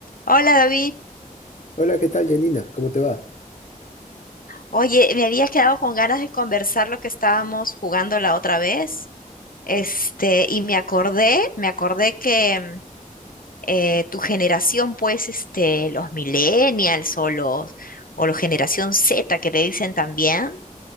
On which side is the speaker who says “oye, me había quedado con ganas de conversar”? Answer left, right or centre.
Left